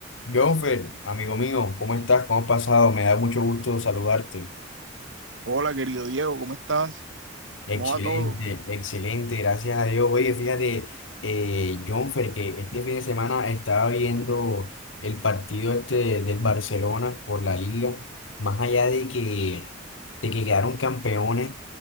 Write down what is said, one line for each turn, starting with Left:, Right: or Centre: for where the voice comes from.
Left: Jonfer, amigo mío, ¿cómo estás? ¿Cómo has pasado? Me da mucho gusto saludarte.
Right: Hola, querido Diego, ¿cómo estás?
Left: Excelente,
Right: ¿Cómo va todo?
Left: excelente, gracias a Dios. Oye, fíjate, eh, Jonfer, que este fin de semana estaba viendo el partido este del Barcelona por la Liga, más allá de que, de que quedaron campeones,